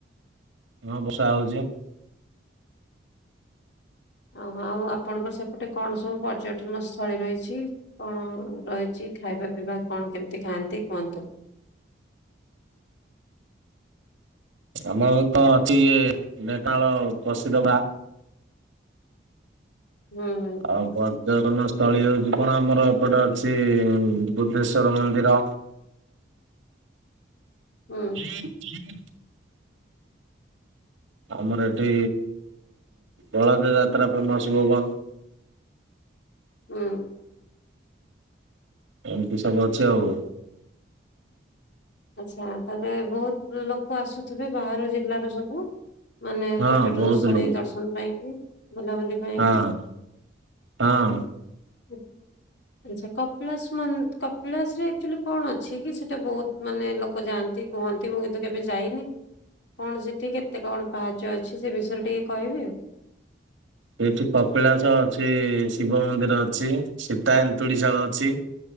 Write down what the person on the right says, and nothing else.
ହଁ ବର୍ଷା ହଉଛି।
ଆମର ତ ଅଛି ଇଏ ଢେଙ୍କାନାଳ ପ୍ରସିଦ୍ଧ ଗା।
ଆଉ ପର୍ଯ୍ୟଟନ ସ୍ଥଳୀ ହଉଚି କଣ ଆମର ଏପଟେ ଅଛି ବୁଦ୍ଧେଶ୍ଵର ମନ୍ଦିର। ହଁ ହଁ
<unintelligible> ଆମର ଏଠି ବଳଦେ ଯାତ୍ରା ଫେମସ୍ ଭୁବନ।
ଏମତି ସବୁ ଅଛି ଆଉ।
ହଁ
ବହୁତ
ଲୋକ
ହଁ, ହଁ।
ସେଇଠି କପିଳାସ ଅଛି ଶିବ ମନ୍ଦିର ଅଛି। ସୀତା ଏନ୍ତୁଡ଼ି ସାଳ ଅଛି।